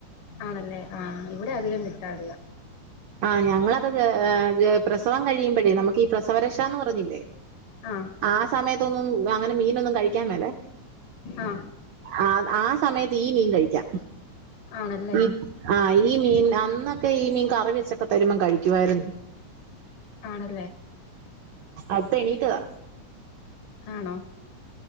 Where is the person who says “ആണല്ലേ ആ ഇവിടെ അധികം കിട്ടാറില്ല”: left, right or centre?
Left